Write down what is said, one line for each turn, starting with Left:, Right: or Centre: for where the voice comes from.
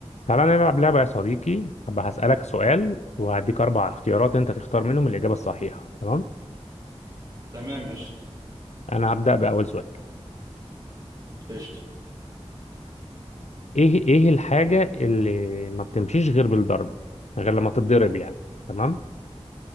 Left: تعالى نلعب لعبة يا صديقي هبقى هسألك سؤال وهديك أربع اختيارات أنت تختار منهم الإجابة الصحيحة تمام
Right: تمام قشطة
Left: أنا هبدأ بأول سؤال
Right: قشطة
Left: إيه إيه الحاجة اللي ما بتمشيش غير بالضرب غير لما تتضرب يعني تمام